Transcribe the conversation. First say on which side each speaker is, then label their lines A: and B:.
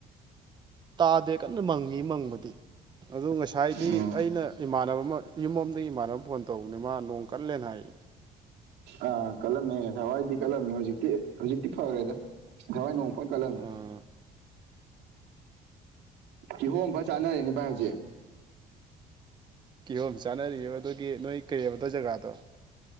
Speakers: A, on the right; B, on the right.
A: ꯇꯥꯗꯦ ꯀꯟꯅ ꯃꯪꯉꯤ ꯃꯪꯕꯗꯤ ꯑꯗꯨ ꯉꯁꯥꯏꯗꯤ
B: ꯎꯝ
A: ꯑꯩꯅ ꯏꯃꯥꯟꯅꯕ ꯌꯨꯝꯝꯗꯒꯤ ꯏꯃꯥꯟꯅꯕ ꯐꯣꯟ ꯇꯧꯕꯅꯦ ꯃꯥ ꯅꯣꯡ ꯀꯜꯂꯦꯅ ꯍꯥꯏ
B: ꯑꯥ ꯀꯠꯂꯝꯃꯦ ꯊꯋꯥꯏꯗꯤ ꯀꯠꯂꯝꯃꯦ ꯍꯧꯖꯤꯛꯇꯤ ꯍꯧꯖꯤꯛꯇꯤ ꯐꯔꯦꯗ ꯊꯋꯥꯏ ꯄ ꯀꯂꯪ
A: ꯑꯥ
B: ꯀꯤꯍꯣꯝꯝꯕ ꯆꯥꯅꯔꯦꯅꯦ ꯚꯥꯏ ꯍꯧꯖꯤꯛ
A: ꯀꯤꯍꯣꯝ ꯆꯥꯅꯔꯤꯑꯕ ꯑꯗꯨꯒꯤ ꯅꯣꯏ ꯀꯩꯕꯗ ꯖꯒꯥꯗꯣ